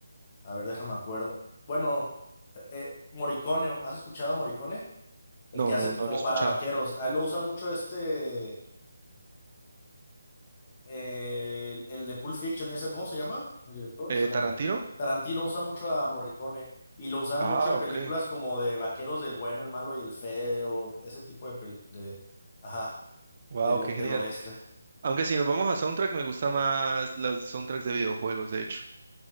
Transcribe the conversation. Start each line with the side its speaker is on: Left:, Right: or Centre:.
Left: A ver, déjame acuerdo. Bueno, eh, eh, Morricone, ¿has escuchado Morricone? El
Right: No,
Left: que hace
Right: no, no
Left: como
Right: lo he escuchado.
Left: para vaqueros. A él lo usa mucho este, eh, el de Pulp Fiction y eso, ¿cómo se llama? El director,
Right: Eh,
Left: se me
Right: ¿Tarantino?
Left: olvidó. Tarantino usa mucho a Morricone y lo usaban
Right: Ah,
Left: mucho en
Right: ok.
Left: películas como de vaqueros del bueno, el malo y el feo, ese tipo de, pel- de, ajá,
Right: Wow,
Left: del o-
Right: qué genial.
Left: del oeste.
Right: Aunque si nos vamos a soundtrack, me gusta más los soundtracks de videojuegos, de hecho.